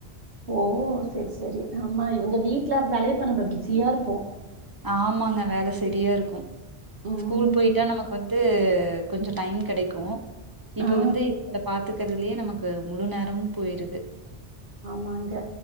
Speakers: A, on the right (about 80°); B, on the right (about 25°).
A: ஓ செரி செரி ஆமா இவங்க வீட்டுல இருந்தாலே இப்ப நம்ம பிஸியா இருப்போ
B: ஆமாங்க வேல செரியா இருக்கு
A: ம்
B: ஸ்கூல் போய்ட்டா நமக் கு வந்து கொஞ்ச டைம் கெடைக்கு இப்ப
A: ஆ
B: வந்து இவங்கள பாத்துக்கறதுலயே நமக்கு முழு நேரமு போய்ருது
A: மாங்க